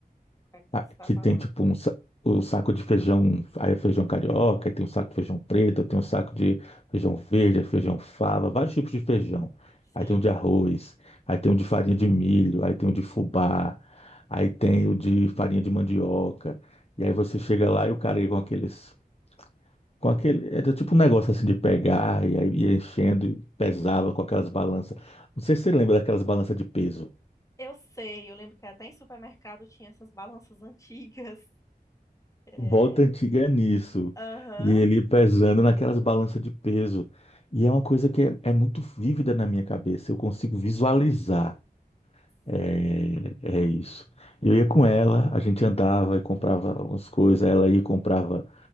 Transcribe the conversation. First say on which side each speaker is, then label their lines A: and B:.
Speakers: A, on the left; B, on the left.
A: o que é que
B: Ah,
A: você está
B: que
A: falando.
B: tem tipo um, sa- o saco de feijão, aí é feijão carioca, aí tem um saco de feijão preto, aí tem um saco de feijão verde, feijão fava, vários tipos de feijão.
A: Sim,
B: Aí tem o de arroz, aí tem o de farinha de milho, aí tem o de fubá, aí tem o de farinha de mandioca. E aí você chega lá e o cara aí com aqueles, com aquele, era tipo um negócio assim de pegar e aí ia enchendo e pesava com aquelas balanças. Não sei se você lembra daquelas balanças de peso.
A: eu sei. Eu lembro que até em supermercado tinha essas balanças <laughs> antigas. É,
B: Volta antiga é nisso.
A: Aham.
B: E ele pesando naquelas balanças de peso. E é uma coisa que é, é muito vívida na minha cabeça. Eu consigo visualizar. É,
A: Sim.
B: é isso. Eu ia com ela, a gente andava e comprava algumas coisas. Ela ia e comprava